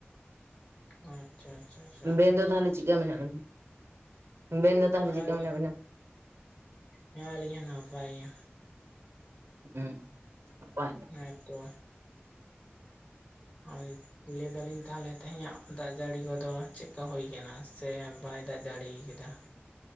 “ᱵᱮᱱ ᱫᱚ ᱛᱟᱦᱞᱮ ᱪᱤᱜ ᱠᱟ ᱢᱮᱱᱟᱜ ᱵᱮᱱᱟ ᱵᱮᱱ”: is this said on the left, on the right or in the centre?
Right